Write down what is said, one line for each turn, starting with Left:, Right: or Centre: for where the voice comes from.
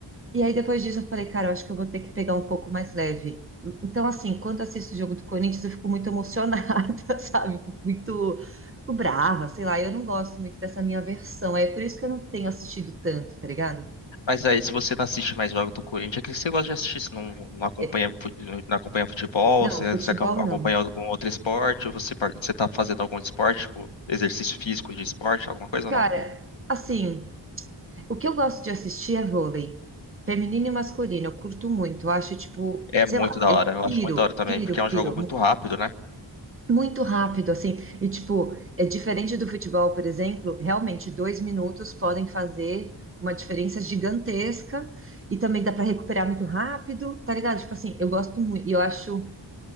Right: E aí depois disso eu falei, cara, eu acho que eu vou ter que pegar um pouco mais leve. Então assim, quando eu assisto o jogo do Corinthians, eu fico muito emocionada, <laughs> sabe? Muito, fico brava, sei lá. Eu não gosto muito dessa minha versão. É por isso que eu não tenho assistido tanto, tá ligado?
Left: Mas aí, se você não assiste mais jogo do Corinthians, é que você gosta de assistir? Você não, não acompanha,
Right: É,
Left: fu- não acompanha futebol?
Right: não,
Left: Você,
Right: futebol
Left: você aca- acompanha
Right: não.
Left: algum outro esporte? Ou você, par- você tá fazendo algum esporte, tipo, exercício físico de esporte, alguma coisa
Right: Cara,
Left: ou não?
Right: assim, o que eu gosto de assistir é vôlei. Feminino e masculino, eu curto muito. Eu acho, tipo,
Left: É
Right: sei
Left: muito
Right: lá,
Left: da
Right: eu
Left: hora, eu
Right: piro,
Left: acho muito da hora também,
Right: piro,
Left: porque é
Right: piro.
Left: um jogo muito
Right: mu-
Left: rápido, né?
Right: Muito rápido, assim. E, tipo, é diferente do futebol, por exemplo, realmente dois minutos podem fazer uma diferença gigantesca. E também dá para recuperar muito rápido, tá ligado? Tipo assim, eu gosto muito. E eu acho